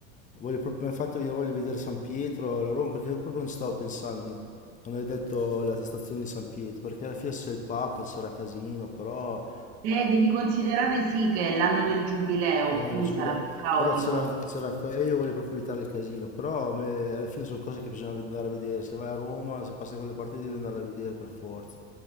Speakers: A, on the left; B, on the right.
A: voglio proprio, mi ha fatto venire voglia di vedere San Pietro, la Roma, perché proprio non ci stavo pensando, quando hai detto la stazione di San Pietro, perché alla fine c'è il Papa, c'era casino, però
B: Eh, devi considerare sì che è l'anno del giubileo,
A: è l'anno
B: quindi
A: del giubileo,
B: sarà più caotico.
A: però c'era, c'era, e io voglio proprio evitare il casino, però a me- alla fine sono cose che bisogna andare a vedere, se vai a Roma, se passi da quelle parti lì, devi andarle a vedere per forza.